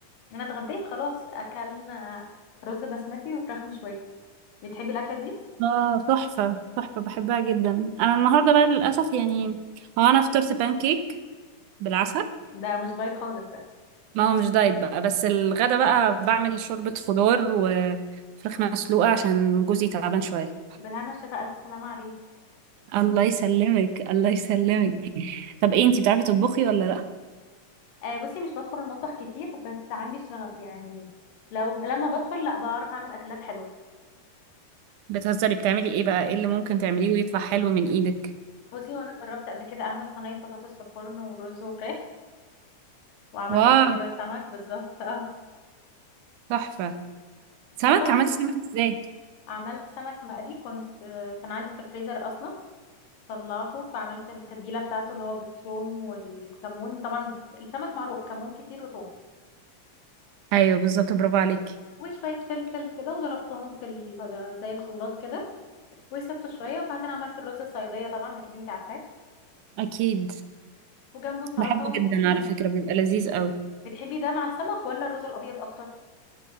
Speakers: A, on the left (about 75°); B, on the right (about 70°).
A: انا اتغديت خلاص اكلنا رز بسمتي وفراخ مشوية بتحبي الأكلة
B: اه تحفة تحفة بحبها جدا انا النهاردة بقى للأسف يعني هو انا فطرت بانكيك بالعسل
A: ده مش دايت خالص ده
B: ما هو مش دايت بقى بس الغدا بقى بعمل شوربة خضار وفراخ مسلوقة عشان جوزي تعبان شوية
A: بالهنا والشفا ألف سلامة عليه
B: الله يسلمك الله يسلمك طب ايه انتي بتعرفي تطبخي ولا لا
A: آه بصي مش بدخل المطبخ كتير بس عندي الشغف يعني لو لما بدخل لا بعرف أعمل أكلات حلوة
B: بتهزري بتعملي ايه بقى ايه اللي ممكن تعمليه ويطلع حلو من ايدك
A: بصي هو أنا جربت قبل كده أعمل صينية بطاطس في الفرن ورز وفراخ وعملت
B: واو
A: قبل كده سمك بالظبط اه
B: تحفة سمك
A: بس طبعا
B: عملتي سمك ازاي
A: عملت سمك مقلي كنت آه، كان عندي في الفريزر أصلا طلعته وعملت التتبيلة بتاعته اللي هو بالثوم والكمون طبعا السمك معروف كمون كتير وثوم
B: ايوه بالظبط برافو عليكي
A: وشوية فلفل كده وضربتهم في ال- زي الخلاط كده وسبته شويه وبعدين عملت الرز الصياديه طبعا اكيد انت عارفاه
B: اكيد
A: وجنبه سلطه
B: بحبه
A: وطحينه
B: جدا على فكرة بيبقى لذيذ قوي
A: بتحبي ده مع السمك ولا الرز الابيض اكتر